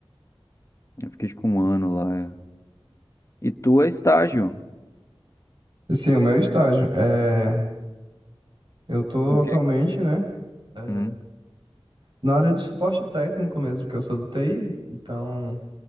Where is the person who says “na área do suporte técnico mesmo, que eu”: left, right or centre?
Right